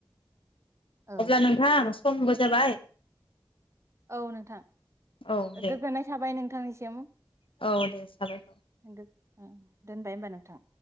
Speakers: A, on the right (about 30°); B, on the left (about 80°).
A: औ
B: अब्ला नोंथां खमबो जाबाय
A: औ नोंथां
B: औ दे
A: गोजोननाय थाबाय नोंथांनिसिम
B: औ दे साबाय
A: <unintelligible> दोनबाय होमबा नोंथां